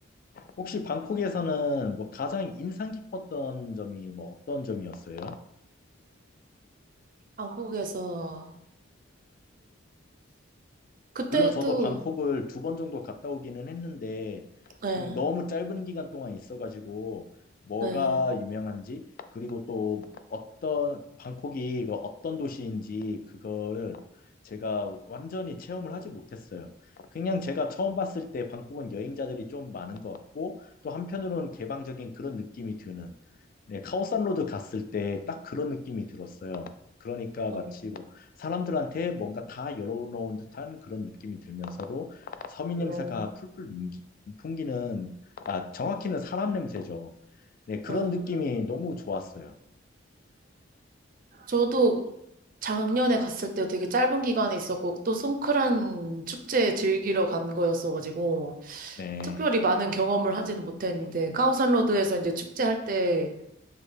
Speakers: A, on the left (about 45°); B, on the right (about 40°).
A: 혹시 방콕에서는 뭐 가장 인상 깊었던 점이 뭐 어떤 점이었어요?
B: 한국에서는 그때도
A: 물론 저도 방콕을 두 번 정도 갔다 오기는 했는데
B: 네,
A: 그냥 너무 짧은 기간 동안 있어가지고 뭐가
B: 네,
A: 유명한지 그리고 또 어떤 방콕이 그 어떤 도시인지 그걸 제가 완전히 체험을 하지 못했어요. 그냥 제가 처음 봤을 때 방콕은 여행자들이 좀 많은 것 같고 또 한편으로는 개방적인 그런 느낌이 드는 네, 카오산 로드 갔을 때 딱 그런 느낌이 들었어요. 그러니까
B: 어,
A: 마치 뭐 사람들한테 뭔가 다 열어놓은 듯한 그런 느낌이 들면서도 서민 냄새가
B: 어.
A: 풀풀 넘기- 풍기는, 아, 정확히는 사람 냄새죠. 네, 그런
B: 어.
A: 느낌이 너무 좋았어요.
B: 저도 작년에 갔을 때 되게 짧은 기간에 있었고 또 송크란 축제 즐기러 간 거였어가지고
A: 네.
B: 특별히 많은 경험을 하지는 못했는데 카오산로드에서 이제 축제할 때